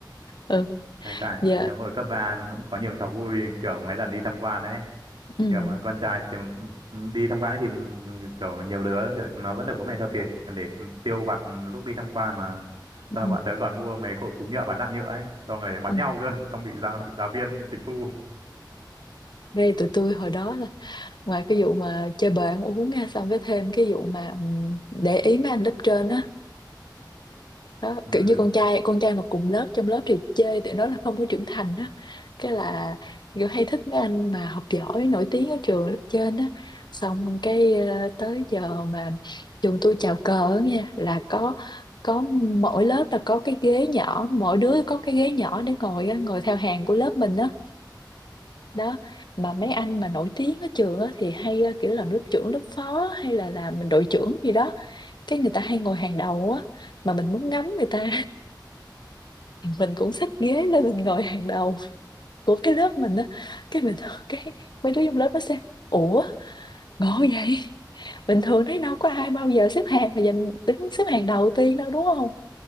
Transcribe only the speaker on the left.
ừ
giờ
ừ.
Ừ.
Ừ.
Ngay tụi tôi hồi đó là ngoài cái vụ mà chơi bời ăn uống nha xong cái thêm cái vụ mà ừ, để ý mấy anh lớp trên á đó
kiểu như con trai con trai mà cùng lớp trong lớp thì chê tụi nó là không có trưởng thành á cái là kiểu hay thích mấy anh mà học giỏi nổi tiếng ở trường lớp trên á xong cái ờ, tới giờ mà trường tôi chào cờ á nha là có có mỗi lớp là có cái ghế nhỏ mỗi đứa có cái ghế nhỏ để ngồi á, ngồi theo hàng của lớp mình á đó mà mấy anh mà nổi tiếng ở trường á thì hay ờ, kiểu làm lớp trưởng lớp phó hay là làm đội trưởng gì đó cái người ta hay ngồi hàng đầu á mà mình muốn ngắm người ta thì mình cũng xách ghế lên mình ngồi hàng đầu của cái lớp mình á cái mình cái mấy đứa trong lớp nó xem ủa ngộ vậy bình thường thấy đâu có ai bao giờ xếp hàng mà giành đứng xếp hàng đầu tiên đâu đúng không